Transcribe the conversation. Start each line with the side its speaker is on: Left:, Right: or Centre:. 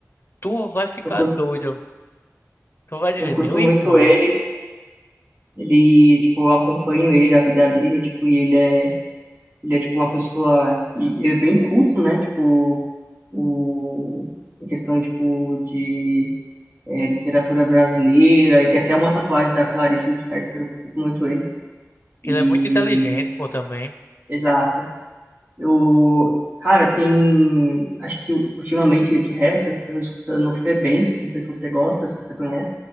Left: Tu vai ficar
Right: Eu curto,
Left: doido. Tu vai dizer,
Right: eu curto
Left: meu
Right: muito
Left: irmão,
Right: ele. Ele, tipo, eu acompanho ele, a vida dele, tipo, e ele é, ele é tipo uma pessoa que é bem culto, né? Tipo, o em questão tipo de é, literatura brasileira, e tem até uma tatuagem da Clarice Lispector, eu curto muito ele. E
Left: ele é muito inteligente, pô, também.
Right: exato. Eu, cara, tem. Acho que ultimamente de rap eu tô escutando o Febem. Não sei se você gosta, se você conhece.